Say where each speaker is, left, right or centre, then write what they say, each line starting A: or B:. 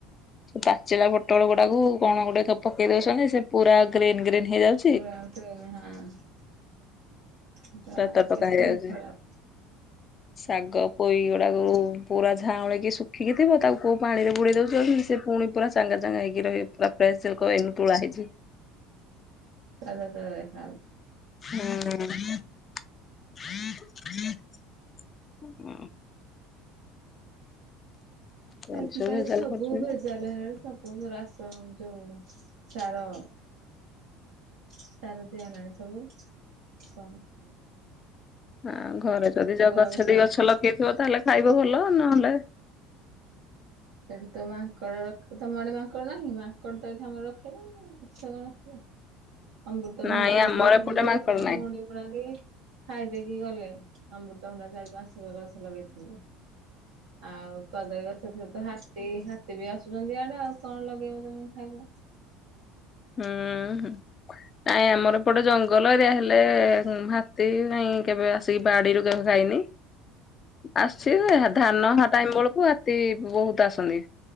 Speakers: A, on the left; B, on the right.
A: ପାଚିଲା ପୋଟଳ ଗୁଡାକୁ କଣ ଗୋଟେତ ପକେଇ ଦଉଛନ୍ତି ସେ ପୁରା ଗ୍ରୀନ୍ ଗ୍ରୀନ୍ ହେଇଯାଉଚ୍।
B: ପୂରା ପୂରି ହାଁ ସେଟା
A: ପୁରା ତଟକା
B: କେତେ
A: ହେଇଯାଉଛି
B: ଖରାପ୍! <inaudible>
A: ଶାଗ ପୋଇ ଗୁଡାକୁ ପୂରା ଝାଉଁଳିକି, ଶୁଖିକି ଥିବ। ତାକୁ କୋଉଁ ପାଣି ରେ ବୁଡେଇ ଦେଉଥିବ ସେ ପୁଣି ପୂରା ଚାଙ୍ଗା ଚାଙ୍ଗା ହେଇକି ରହିବ୍ ପୂରା ଫ୍ରେସ୍ ଲେକ ଏଇ ତୁଳା ହେଇଛି।
B: ତାଜା ତାଜା ଦେଖା ହୋଉଚ୍।
A: ହୁଁ। ଏମିତି
B: ଆଜିକାଲି
A: ଭେଜାଲ
B: ସବୁ
A: କରୁଛନ୍ତି।
B: ଭେଜାଲ୍। ଥିଲା ବେଳକୁ ସବ୍ ପୂରା ଆସ ଯୋଉ‍ଁ ସାର ସାର ଦିଆହୋଲାଣି ସବୁ କଣ ଖଅ?
A: ହଁ ଘରେ ଯଦି ଯଅ ଗଛ
B: ବାଗ ସବୁ
A: ଦେଇ ଗଛ ଲଗେଇଥିବ ତାହେଲେ ଖାଇବ ଭଲ ନହେଲେ
B: ସେଠି ତ ମାଙ୍କଡ଼ର ତମଆଡ଼େ ମାଙ୍କଡ଼ ନାହିଁ? ମା ମାଙ୍କଡ଼ ତ ଏଇଠି ଆମର ରଖେଇ ଦୋଉନି ଗଛ କଣ ରଖିବ! ଅମୃତଭଣ୍ଡା
A: ନାଇଁ
B: ଲଗେଇଥିଲି
A: ଆମର ଏପଟେ
B: ଯେ
A: ମାଙ୍କଡ
B: ସେଟା
A: ନାହିଁ।
B: ମୁଡି ମୁଡାକି ଖାଇଦେଇକି ଗଲେ। ଅମୃତଭଣ୍ଡା ଚାରି- ପାଞ୍ଚ <unintelligible> ଗଛ ଲଗେଇଥିଲି। ଆଉ କଦଳୀ ଗଛ ସେତ ହାତୀ ହାତୀ ବି ଆସୁଛନ୍ତି ଆଡ଼େ। ଆଉ କଣ ଲଗେଇବ ତମେ ଖାଇବ?
A: ହୁଁ ହୁଁ। ନାଇଁ ଆମର ଏପଟେ ଜଙ୍ଗଲ ଏରିଆ ହେଲେ ହାତୀ ନାଇଁ କେବେ ଆସ୍ ହାତୀ ବାଡିରୁ କେବେ ଖାଇନି ଆସଛି ଧାନ ହଁ ଟାଇମ୍ ବେଳକୁ। ହାତୀ ବହୁତ ଆସନ୍ତି।